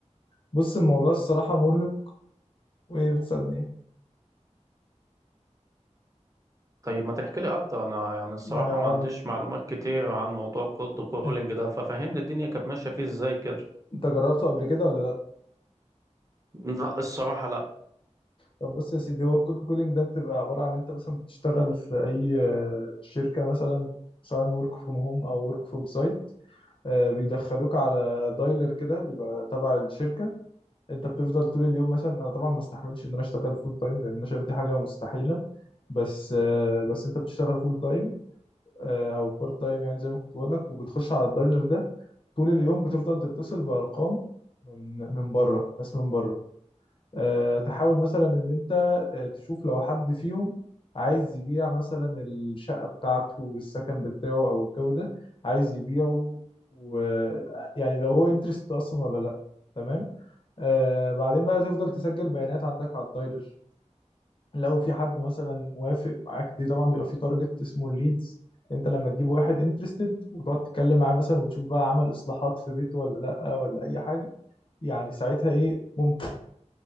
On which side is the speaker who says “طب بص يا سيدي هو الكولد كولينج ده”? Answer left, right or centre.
Left